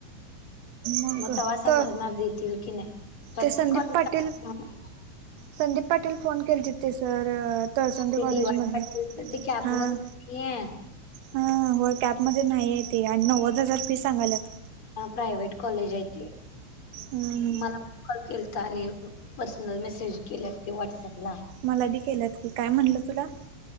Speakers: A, on the right; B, on the left.
A: मग
B: म तेव्हा समजणार
A: तर
B: देतील की नाय प्रत्येक
A: ते संदीप
B: कॉलेजला
A: पाटील
B: <unintelligible>
A: संदीप पाटील फोन केले तेचं तर तळसंद
B: ते
A: कॉलेज
B: डी वाय
A: मधनं
B: पाटील ते कॅप
A: हां
B: मध नाहीये
A: हां हां होय कॅपमध्ये नाहीयेत आणि नव्वद हजार फी सांगाल्यात.
B: प्रायव्हेट कॉलेज आहे ते
A: हम्म
B: मला कॉल केल त्याने पर्सनल मेसेज केल्यात ते व्हॉट्सअपला
A: मला बी केल्यात की काय म्हणलं तुला